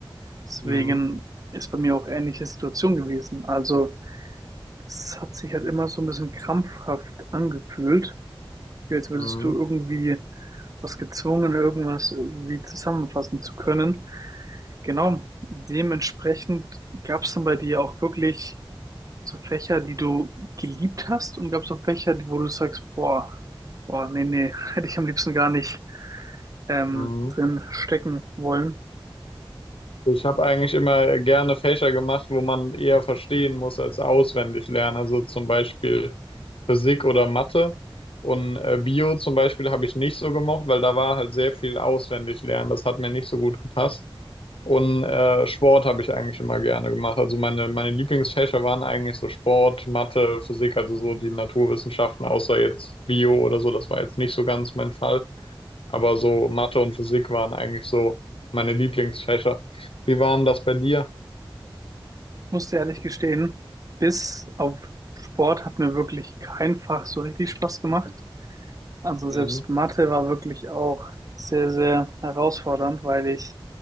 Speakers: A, on the right; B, on the left.
A: Deswegen
B: Mhm.
A: ist bei mir auch ähnliche Situation gewesen. Also es hat sich halt immer so ein bisschen krampfhaft angefühlt. Gefühl, als würdest
B: Mhm.
A: du irgendwie was gezwungen, irgendwas irgendwie zusammenfassen zu können. Genau, dementsprechend gab es dann bei dir auch wirklich so Fächer, die du geliebt hast und gab es auch Fächer, die- wo du sagst, boah, boah, nee, nee, <laughs> hätte ich am liebsten gar nicht ähm,
B: Mhm.
A: drin stecken wollen.
B: Ich habe eigentlich immer gerne Fächer gemacht, wo man eher verstehen muss als auswendig lernen. Also zum Beispiel Physik oder Mathe. Und äh, Bio zum Beispiel habe ich nicht so gemocht, weil da war halt sehr viel auswendig lernen. Das hat mir nicht so gut gepasst. Und äh, Sport habe ich eigentlich immer gerne gemacht. Also meine, meine Lieblingsfächer waren eigentlich so Sport, Mathe, Physik, also so die Naturwissenschaften, außer jetzt Bio oder so. Das war jetzt nicht so ganz mein Fall. Aber so Mathe und Physik waren eigentlich so meine Lieblingsfächer. Wie waren das bei dir?
A: Ich muss dir ehrlich gestehen, bis auf Sport hat mir wirklich kein Fach so richtig Spaß gemacht. Also
B: Mhm.
A: selbst Mathe war wirklich auch sehr, sehr herausfordernd, weil ich